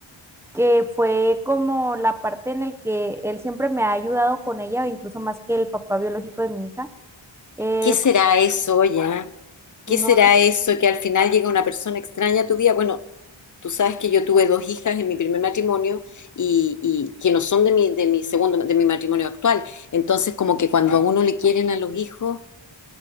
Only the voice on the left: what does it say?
¿Qué será eso ya? ¿Qué
será eso que al final llega una persona extraña a tu vida? Bueno, tú sabes que yo tuve dos hijas en mi primer matrimonio y, y que no son de mi, de mi segundo, de mi matrimonio actual. Entonces, como que cuando a uno le quieren a los hijos,